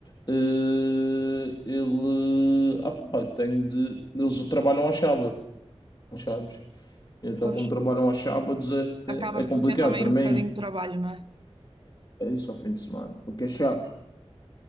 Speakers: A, on the left (about 45°); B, on the right (about 50°).
A: eh, ele ah, pá, tenho de. Eles trabalham aos sábados, sabes? Então,
B: Pois.
A: como trabalham aos sábados, é, é
B: Acabas
A: é complicado
B: por ter também
A: para
B: um
A: mim.
B: bocadinho de trabalho, não é?
A: É isso ao fim de semana. O que é chato.